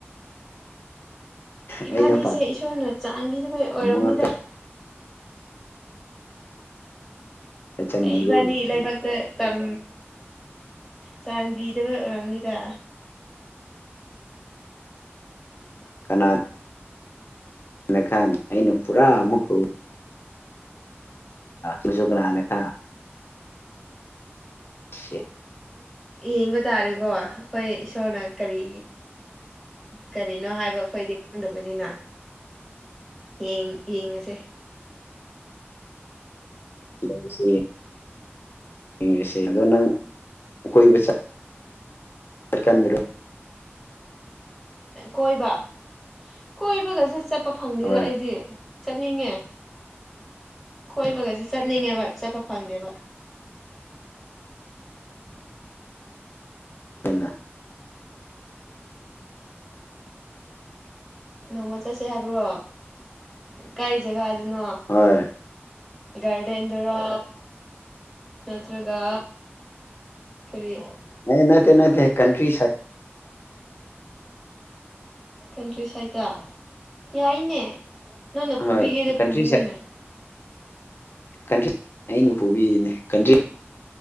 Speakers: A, in the centre; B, on the left.
A: ꯏꯕꯥꯅꯤꯁꯦ
B: ꯑꯩꯅ ꯄꯥꯝꯕ
A: ꯏꯁꯣꯔꯅ ꯆꯥꯟꯕꯤꯗꯕꯩ ꯑꯣꯏꯔꯝꯅꯤꯗ
B: ꯉꯥꯛꯇ ꯆꯟꯕꯤꯕ
A: ꯏꯕꯥꯅꯤ
B: ꯑꯣꯏꯕꯅꯤꯅꯦ
A: ꯂꯩꯥꯏꯕꯛꯇ ꯇꯝ ꯆꯥꯟꯕꯤꯗꯕ ꯑꯣꯏꯔꯝꯅꯤꯗ
B: ꯀꯅꯥ ꯀꯅ ꯈꯥꯟ ꯑꯏꯩꯅ ꯄꯨꯔꯥ ꯑꯃꯨꯀ ꯃꯁꯨ ꯀꯅꯥꯥꯅꯦ ꯈ ꯁꯤ
A: ꯌꯦꯡꯕ ꯇꯥꯔꯦꯀꯣ ꯑꯩꯈꯣꯏ ꯏꯁꯣꯔꯅ ꯀꯔꯤ ꯀꯔꯤ ꯀꯩꯅꯣ ꯍꯥꯏꯕ ꯑꯩꯈꯣꯏꯗꯤ ꯈꯪꯗꯕꯅꯤꯅ
B: <unintelligible>
A: ꯌꯦꯡ ꯌꯦꯡꯉꯁꯦ
B: ꯌꯦꯡꯁ ꯌꯦꯡꯁꯦ ꯑꯗꯣ ꯅꯪ ꯀꯣꯏꯕ ꯀꯦꯟꯗ꯭ꯔ
A: ꯀꯣꯏꯕ ꯀꯣꯏꯕꯒꯁꯨ ꯆꯠꯄ ꯐꯪꯗꯦꯗ
B: ꯍꯣꯏ
A: ꯑꯩꯗꯤ ꯆꯠꯅꯤꯡꯉꯦ ꯀꯣꯏꯕꯒꯁꯦ ꯆꯠꯅꯤꯡꯉꯦꯕ ꯆꯠꯄ ꯐꯪꯗꯦꯕ
B: ꯑꯟꯅ
A: ꯅꯣꯡꯃ ꯆꯠꯁꯦ ꯍꯥꯏꯕ꯭ꯔꯣ ꯀꯥꯏ ꯖꯒꯥꯗꯨꯅꯣ
B: ꯍꯣꯏ
A: ꯒꯥꯔꯗꯦꯟꯗ꯭ꯔ ꯅꯠꯇ꯭ꯔꯒ ꯀꯔꯤ
B: ꯅꯠꯇꯦ ꯅꯠꯇ ꯀꯟꯇ꯭ꯔꯤ
A: ꯀꯟꯇ꯭ꯔꯤ ꯁꯥꯏꯠꯇ ꯌꯥꯏꯅꯦ ꯅꯪꯅ ꯄꯨꯕꯤꯒꯦꯗ
B: ꯍꯣꯏ ꯀꯟꯇ꯭ꯔꯤ
A: ꯄꯨꯕꯤꯌꯨꯅꯦ
B: ꯁꯥꯏꯠ ꯀꯟꯇ꯭ꯔꯤ ꯑꯩꯅ ꯄꯨꯕꯤꯅꯦ ꯀꯟꯇ꯭ꯔꯤ